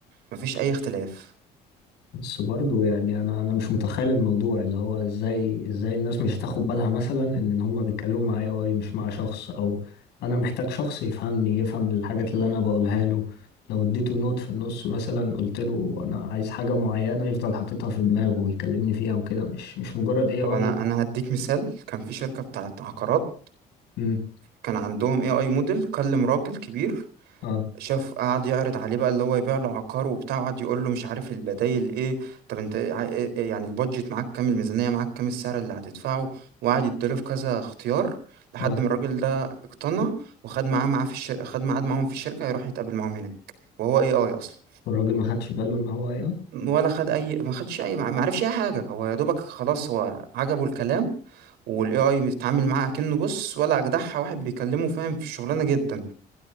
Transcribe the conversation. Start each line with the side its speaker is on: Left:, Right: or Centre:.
Right: مفيش اي اختلاف
Left: بس برضه يعني انا انا مش متخيل الموضوع اللي هو ازاي ازاي الناس مش هتاخد بالها مثلا ان هم بيتكلموا مع اي اي مش مع شخص او انا محتاج شخص يفهمني يفهم الحاجات اللي انا بقولها له لو اديته نوت في النص مثلا قلت له انا عايز حاجة معينة يفضل حاططها في دماغه ويكلمني فيها وكده مش مش مجرد اي
Right: طب
Left: اي
Right: انا انا هديك مثال كان في شركة بتاعت عقارات
Left: امم
Right: كان عندهم AI موديل كلم راجل كبير
Left: اه
Right: شاف قعد يعرض عليه بقى اللي هو يبيع له عقار وبتاع قعد يقول له مش عارف البدايل ايه طب انت ع- إيه- إيه، يعني البادجت معاك كام الميزانية معاك كام السعر اللي هتدفعه وقعد يديله في كذا اختيار لحد
Left: اه
Right: ما الراجل ده اقتنع وخد معاه معاه في الشركة خد ميعاد معاهم في الشركة يروح يتقابل معاهم هناك وهو اي اي اصلا
Left: والراجل ما خدش باله ان هو اي اي
Right: ولا خد اي ما خدش اي ما ما عرفش اي حاجة هو يا دوبك خلاص هو عجبه الكلام والاي اي بيتعامل معاه كأنه بص ولا اجدعها واحد بيكلمه فاهم في الشغلانة جدا